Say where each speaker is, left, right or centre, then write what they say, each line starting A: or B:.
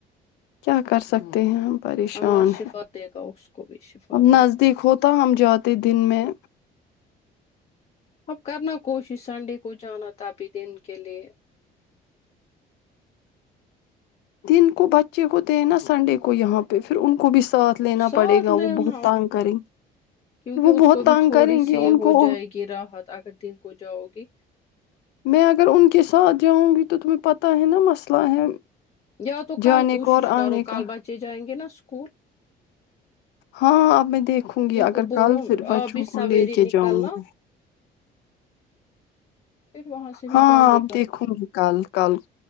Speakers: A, on the left (about 80°); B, on the left (about 35°).
A: کیا کر سکتے ہیں ہم پریشان
B: اللہ شفا
A: ہے
B: دے گا اس کو بھی شفا
A: اب
B: دے
A: نزدیک
B: گا
A: ہوتا ہم جاتے دن میں
B: اب کرنا کوشش سنڈے کو جانا تھا ابھی دن کے لیے
A: دن کو بچے کوتے ہیں نا سنڈے کو یہاں پہ پھر ان کو بھی ساتھ لینا
B: ساتھ
A: پڑے گا
B: ل
A: وہ بہت
B: ن
A: تانگ کریں گے
B: کیونکہ
A: وہ
B: اس
A: بہت
B: کو
A: تانگ
B: بھی تھوڑی
A: کریں گے
B: سی
A: ان
B: ہو
A: کو
B: جائے گی راحت اگر دن کو جاؤ گی
A: میں اگر ان کے ساتھ جاؤں گی تو تمہیں پتہ ہے نا مسئلہ ہے
B: یا تو
A: جانے
B: کل کوشش
A: کو اور
B: کرو
A: آنے
B: کال
A: کا
B: بچے جائیں گے نا اس اسک
A: ہاں اب میں دیکھوں گی اگر
B: کو بولو
A: کل پھر بچوں
B: آپ بھی
A: کو
B: سویرے
A: لے کے
B: نکلنا
A: جاؤں گا
B: پھر وہاں سے بھی
A: ہاں
B: جلدی
A: آپ دیکھو میں کل کل